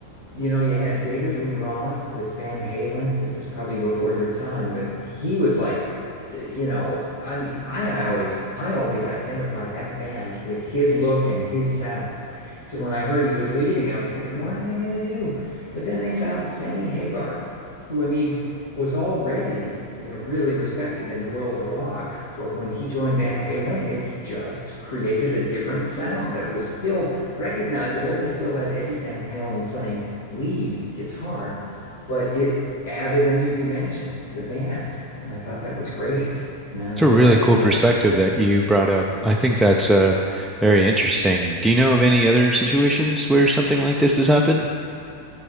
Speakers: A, on the left; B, in the centre.
A: You know, you had David Lee Roth with Van Halen. This is probably before your time, but he was like, uh, you know, I mean, I, I always, I always identified that band with his look and his sound. So when I heard he was leaving, I was thinking, what are they going to do? But then they found Sammy Hagar, who I mean was already, you know, really respected in the world of rock. But when he joined Van Halen, it just created a different sound that was still recognizable. They still had Eddie Van Halen playing lead guitar, but it added a new dimension to the band. And I thought that was great, you know,
B: It's
A: how
B: a
A: they
B: really
A: got
B: cool
A: through
B: perspective
A: that whole
B: that you brought up. I think that's uh, very interesting. Do you know of any other situations where something like this has happened?